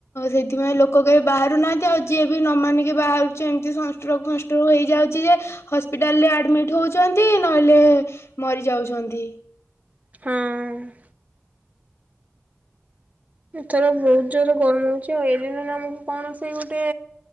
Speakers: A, on the left; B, on the right.
A: ସେଥିପାଇଁ ଲୋକ କେହି ବାହାରୁନାହାନ୍ତି ଆଉ ଯିଏ ବି ନ ମାନିକି ବାହାରୁଛି ଏମିତି ସଷ୍ଟ୍ରକ ଫଷ୍ଟ୍ରକ ହେଇଯାଉଚି ଯେ ହସ୍ପିଟାଲରେ ଆଡମିଟ ହଉଛନ୍ତି ନହେଲେ ମରିଯାଉଛନ୍ତି।
B: ହଁ। ଏଥର ବହୁତ ଜୋରରେ ଗରମ ହଉଛି ଆଉ ଏଲିନ ଆମକୁ କଣ ସେ ଗୋଟେ